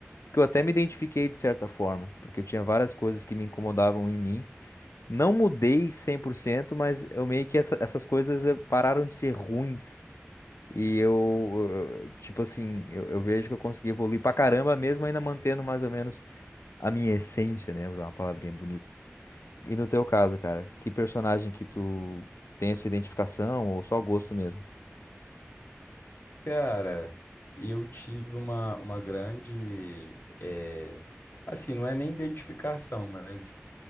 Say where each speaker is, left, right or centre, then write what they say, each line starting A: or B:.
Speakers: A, on the left; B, on the left.
A: que eu até me identifiquei de certa forma, porque eu tinha várias coisas que me incomodavam em mim. Não mudei 100%, mas eu meio que essa- essas coisas eh, pararam de ser ruins. E eu, eh, tipo assim, eu, eu vejo que eu consegui evoluir pra caramba, mesmo ainda mantendo mais ou menos a minha essência, né? Usar uma palavrinha bonita. E no teu caso, cara, que personagem que tu tem essa identificação ou só gosto mesmo?
B: Cara, eu tive uma, uma grande, é, assim, não é nem identificação, mas